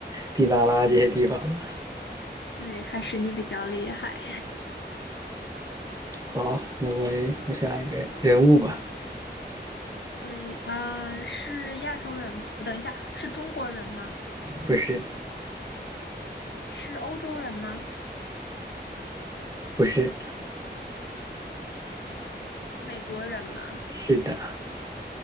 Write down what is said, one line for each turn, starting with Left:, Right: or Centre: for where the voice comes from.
Right: 迪达拉这些地方了。
Left: 嗯，对，还是你比较厉害。
Right: 好，那我也我想一个人物吧，
Left: <laughs> 所以啊，是亚洲人吗？等一下，是中国人吗？
Right: 不是，
Left: 是欧洲人吗？
Right: 不是，
Left: 美国人吗？
Right: 是的，